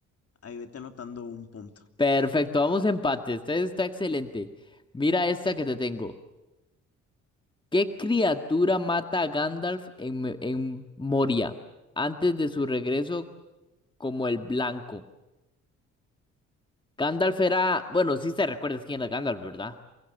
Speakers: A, on the left; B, on the left.
A: ahí vete anotando un punto.
B: Perfecto, vamos a empate. Este está excelente. Mira esta que te tengo. ¿Qué criatura mata a Gandalf en, Me- en Moria antes de su regreso como el blanco? Gandalf era, bueno, sí te recuerdas quién era Gandalf, ¿verdad?